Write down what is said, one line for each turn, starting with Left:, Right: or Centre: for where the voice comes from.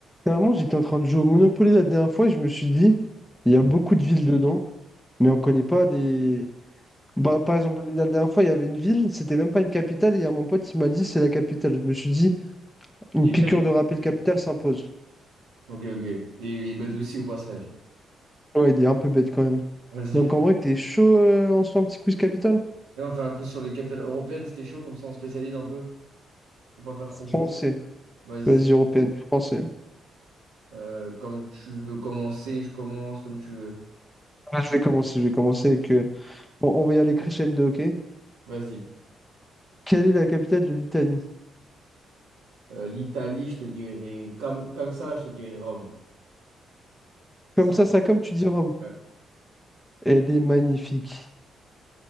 Centre: Carrément, j'étais en train de jouer au Monopoly la dernière fois et je me suis dit, il y a beaucoup de villes dedans, mais on connaît pas des... Bah, par exemple, la dernière fois, il y avait une ville, c'était même pas une capitale, et il y a mon pote qui m'a dit, c'est la capitale. Je me suis dit, une
Right: Il est
Centre: piqûre
Right: bête.
Centre: de rappel capitale s'impose.
Right: Ok, ok. Et il est bête aussi au passage.
Centre: Ouais, il est un peu bête quand même.
Right: Vas-y.
Centre: Donc en vrai, t'es chaud, euh, on se fait un petit quiz capitale?
Right: Là, on fait un coup sur les capitales européennes, c'était chaud, comme ça on spécialise un peu. Faut pas faire trop
Centre: Français.
Right: gros. Vas-y,
Centre: Vas-y,
Right: c'est.
Centre: européenne, français.
Right: Euh, comme tu veux commencer, je commence comme tu veux.
Centre: Ah, je vais commencer, je vais commencer avec... euh, On, on va y aller crescendo, ok?
Right: Vas-y.
Centre: Quelle est la capitale de l'Italie?
Right: Euh, l'Italie, je te dirais. Comme, comme ça, là, je te dirais Rome. Ça.
Centre: Comme ça, ça, comme tu dis Rome.
Right: Ouais.
Centre: Elle est magnifique.